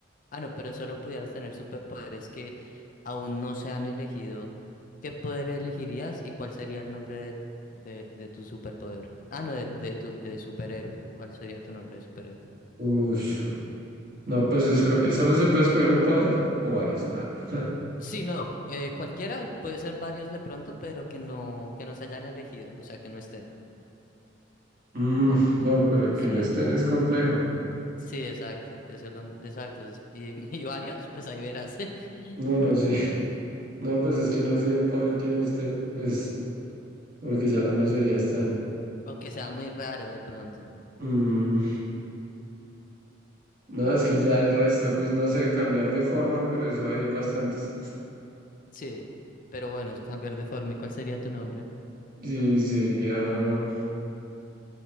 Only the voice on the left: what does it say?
Ah, no, pero solo pudieras tener superpoderes que aún no se han elegido. ¿Qué poder elegirías y cuál sería el nombre de, de, de tu superpoder? Ah, no, de, de tu de superhéroe. ¿Cuál sería tu nombre de superhéroe?
Sí, no, eh, cualquiera, puede ser varios de pronto, pero que no, que no se hayan elegido, o sea, que no estén.
Como,
sí,
sí, exacto, eso es lo, exacto. es- Y, <laughs> y varios, pues ahí verás. <laughs>
O que sea muy raro de pronto.
Sí, pero bueno, es cambiar de forma. ¿Y cuál sería tu nombre?